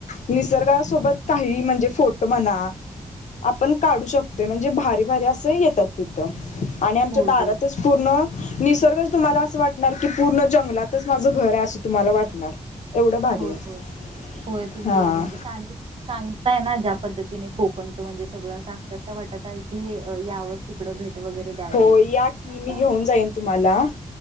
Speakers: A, on the left (about 70°); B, on the right (about 45°).
A: निसर्गासोबत काही म्हणजे फोटो म्हणा. आपण काढू शकतोय, म्हणजे भारी, भारी असं येतात तिथं आणि आमच्या
B: होय
A: दारातच
B: होय
A: पूर्ण निसर्गच तुम्हाला असं वाटणार, की पूर्ण जंगलातच माझं घर आहे असं तुम्हाला वाटणार. एवढं भारी
B: बरबर
A: आहे
B: होय तुम्ही
A: हा
B: म्हणजे सांगित सांगताय ना ज्या पद्धतीने कोकणचं म्हणजे सगळं, अस अक्षरशः वाटत आहे की अ यावच तिकडं भेट वगैरे. द्यावी
A: हो या की
B: आता
A: मी घेऊन जाईन तुम्हाला,